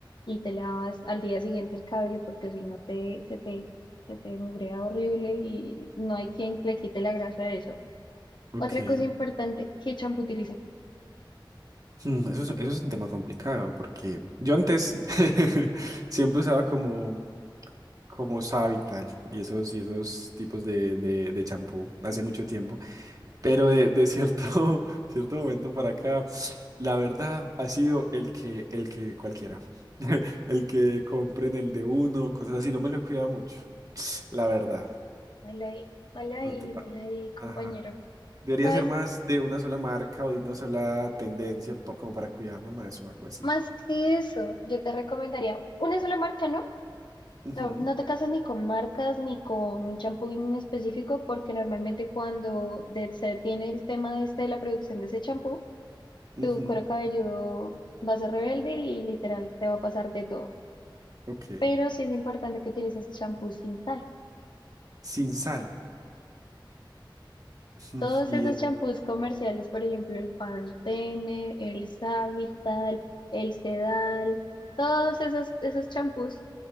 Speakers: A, on the left; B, on the right.
A: y te lavas al día siguiente el cabello porque si no te, se te, se te mugrea horrible y no hay quien le quite la grasa a eso.
B: ok.
A: Otra cosa importante, ¿qué champú utilizas?
B: Mm, Eso es, eso es un tema complicado porque yo antes <laughs> siempre usaba como como Savital y esos, y esos tipos de, de, de champú hace mucho tiempo. Pero de, de cierto, <laughs> cierto momento para acá, la verdad ha sido el que, el que cualquiera. <laughs> El que compren el de uno, cosas así. No me lo he cuidado mucho, la verdad.
A: Mal ahí, mal ahí,
B: No te-
A: mal ahí, compañero.
B: Ajá. Debería
A: ¿Sabes?
B: ser más de una sola marca o de una sola tendencia, po- como para cuidarlo más o algo así.
A: Más que eso, yo te recomendaría una sola marca, ¿no?
B: Ujú,
A: No, no te casas ni con marcas ni con un champú en específico, porque normalmente cuando de- se tiene el tema este de la producción de ese champú,
B: ujú,
A: tu cuero cabelludo va a ser rebelde y literal te va a pasar de todo.
B: Ok.
A: Pero sí es importante que utilices champú sin sal.
B: Sin sal. <laughs> Ujú,
A: Todos
B: Y,
A: esos
B: eh,
A: champús comerciales, por ejemplo, el Pantene, el Savital, el Sedal, todos esos, esos champús